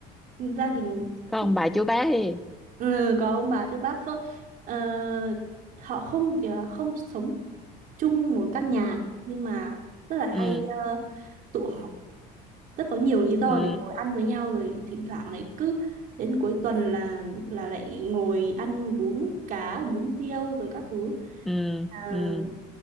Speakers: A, on the right; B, in the centre.
A: ừ, gia đình
B: có
A: cái
B: ông bà chú bác đi
A: ừ, có ông bà chứ bác không ờ, họ không kiểu là không sống chung một căn nhà nhưng mà rất là hay
B: ừ
A: ờ, tụ họp rất có nhiều lý do
B: ừ
A: để ngồi ăn với nhau rồi thỉnh thoảng lại cứ đến cuối tuần là là lại ngồi ăn bún cá bún riêu rồi các thứ
B: ừ
A: à,
B: ừ